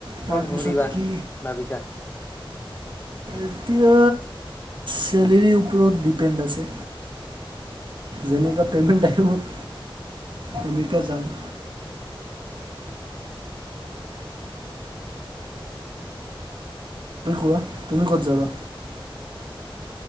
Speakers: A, on the right (about 60°); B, on the left (about 20°).
A: তাৰপিছত
B: ক'ত ঘূৰিবা
A: কি
B: ভাবিছা!
A: এতিয়া চেলেৰীৰ ওপৰত ডিপেণ্ড আছে, যেনেকা পেমেণ্ট‌ আহিব তেনেকা যাম। কোৱা তুমি ক'ত যাবা?